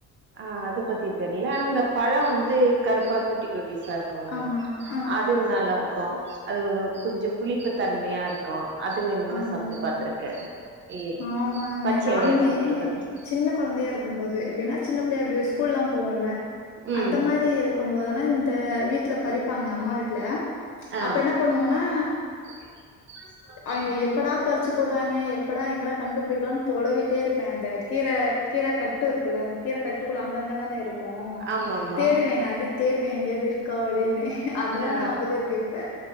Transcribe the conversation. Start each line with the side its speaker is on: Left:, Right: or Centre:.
Right: ஆ அது பத்தி தெரில ஆனா அந்த பழ வந்து கருப்பா குட்டி குட்டி சா குங்க
Left: ஆமா ஆ
Right: அது நல்லா இருக்கு அது கொஞ்ச கொஞ்சோ புளிப்பு தன்மையா இருக்கு அது வேணுமனா
Left: ஆமா
Right: சாப்ட்டு பாத்துருக்கே எ
Left: ஆமாங்க.
Right: பச்ச
Left: நானுமே
Right: எலையா சாப்ட்டு பாத்துருக்கே
Left: சின்ன கொழந்தையா இருக்கும் போது எப்டின்னா சின்ன பிள்ளையா அப்டி ஸ்கூல் ல்லா போகுல்ல
Right: ம்
Left: அந்த மாரி இருக் இருக்கும்போதுனா இந்த வீட்ல பறிப்பாங்க அம்மா வீட்டுல
Right: ஆ
Left: அப்ப என்ன பண்ணுவோன்னா
Right: <inaudible>
Left: அவிங்க எப்படா பறிச்சு போடுவாங்க எப்படா எங்கடா கண்டுபிடிக்கலானு தொலவிட்டே இருப்பே அந்த கீர கீர கட் கட்டு இருக்குல்ல இந்த கீர கட்டுக்குள்ள அங்கங்க தான இருக்கு
Right: ஆமாமா
Left: தேடுவே நா அப்டி தேடுவே எங்கேயாவது இருக் கோ அப்டினு அதெல்லா
Right: ஆ
Left: ஞாபக இருக்கு இப்ப